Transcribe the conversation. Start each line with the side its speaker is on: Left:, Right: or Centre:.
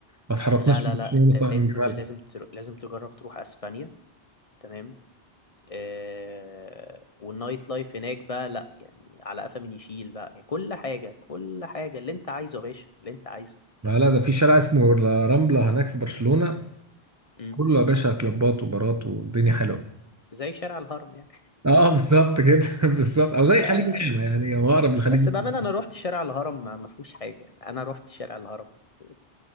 Right: ما اتحركناش
Left: لا لا
Right: من
Left: لا
Right: برشلونه
Left: انت
Right: صح
Left: لازم
Right: من جمالها
Left: لازم تر... لازم تجرب تروح اسبانيا تمام آه... والنايت لايف هناك بقى لا يعني على قفا من يشيل بقى يعني كل حاجة كل حاجة اللي انت عايزه يا باشا اللي انت عايزه
Right: لا لا ده في شارع اسمه لا رامبلا هناك في برشلونة
Left: امم
Right: كله يا باشا كلوبات وبارات والدنيا حلوة
Left: زي شارع الهرم يعني
Right: اه بالظبط كده <laughs> بالظبط او زي
Left: لا
Right: خليج نعمة يعني هو اقرب لخليج
Left: بس
Right: نعمة
Left: بأمانة أنا روحت شارع الهرم ما ما فيهوش حاجة يعني، أنا روحت شارع الهرم <laughs>